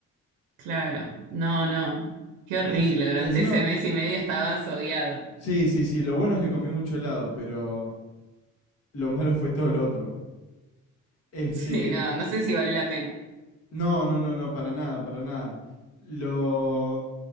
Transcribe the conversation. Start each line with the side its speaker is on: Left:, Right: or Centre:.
Right: Claro. No, no. Qué horrible.
Left: Enci-
Right: Durante
Left: encima,
Right: ese mes y medio estabas odiado.
Left: sí, sí, sí, lo bueno es que comí mucho helado, pero lo malo fue todo lo otro. Este,
Right: Sí, no, no sé si vale la pena.
Left: No, no, no, no, para nada, para nada. Lo...